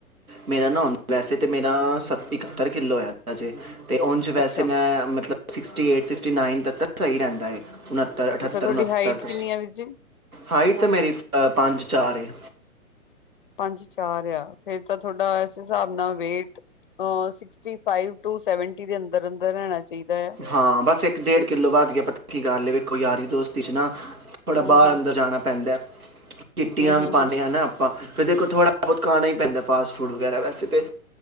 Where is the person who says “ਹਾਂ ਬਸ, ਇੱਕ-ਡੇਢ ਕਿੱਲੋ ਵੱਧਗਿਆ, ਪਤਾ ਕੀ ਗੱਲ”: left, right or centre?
Right